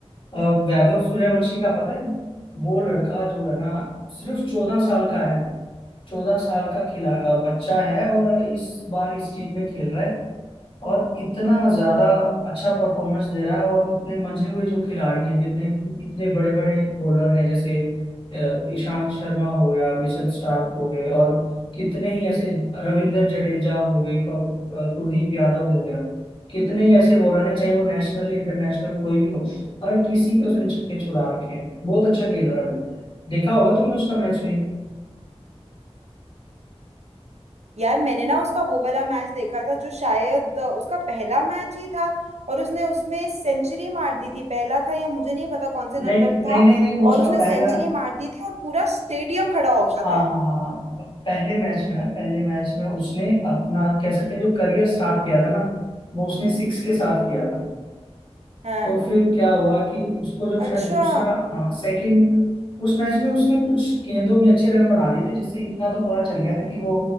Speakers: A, on the left; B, on the right.
A: अ, वैभव सूर्यवंशी का पता है वो लड़का जो है ना सिर्फ चौदह साल का है चौदह साल का खिला अ, बच्चा है और इस बार इस टीम में खेल रहा है और इतना ज्यादा अच्छा परफॉर्मेंस दे रहा है और इतने मंझे हुए जो खिलाड़ी हैं जितने इतने बड़े बड़े बॉलर हैं जैसे अ, ईशांत शर्मा हो गया मिचेल स्टार्क हो गए और कितने ही ऐसे रविंद्र जडेजा हो गए कव- अ, कुलदीप यादव हो गया कितने ही ऐसे बॉलर हैं चाहे वो नेशनल इंटरनेशनल कोई भी हो हर किसी पे उसने छक्के छुड़ा रखे हैं बहुत अच्छा खेल रहा है वो देखा होगा तुमने उसका मैच भी
B: यार मैंने ना उसका वो वाला मैच देखा था जो शायद उसका पहला मैच ही था और उसने उसमें सेंचुरी मार दी थी पहला था या मुझे नहीं पता कौन से नंबर
A: नहीं
B: था
A: नहीं नहीं नहीं वो उसका
B: और उसने
A: पहला
B: सेंचुरी मार दी थी और पूरा स्टेडियम खड़ा हो गया
A: हाँ
B: था
A: हाँ हाँ पहले मैच में ना पहले मैच में उसने अपना कह सकते हैं जो करियर स्टार्ट किया था ना वो उसने सिक्स के साथ किया था
B: हाँ
A: तो फिर क्या हुआ कि उसको जब शायद
B: अच्छा
A: दूसरा हाँ सेकंड उस मैच में उसने कुछ गेंदों में अच्छे रन बना दिए थे जिससे इतना तो पता चल गया था कि वो